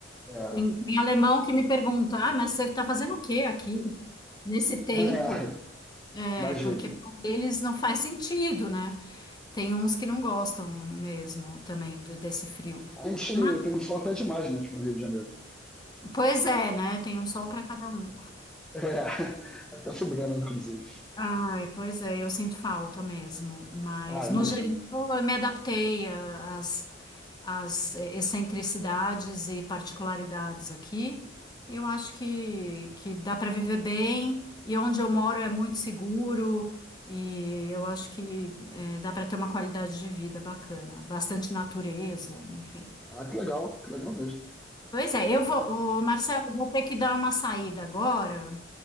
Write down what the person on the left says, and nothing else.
Tem, tem alemão que me pergunta, ah, mas você está fazendo o quê aqui? Nesse tempo,
é,
porque para eles não faz sentido, né? Tem uns que não gostam mesmo também de- desse frio.
Mas,
pois é, né? Tem um sol para cada um.
Ai, pois é, eu sinto falta mesmo, mas
no
geral eu me adaptei a- às, às eh, excentricidades e particularidades aqui. Eu acho que, que dá para viver bem e onde eu moro é muito seguro e eu acho que eh, dá para ter uma qualidade de vida bacana, bastante natureza, enfim.
Pois é, eu vou, ô, Marcelo, eu vou ter que dar uma saída agora.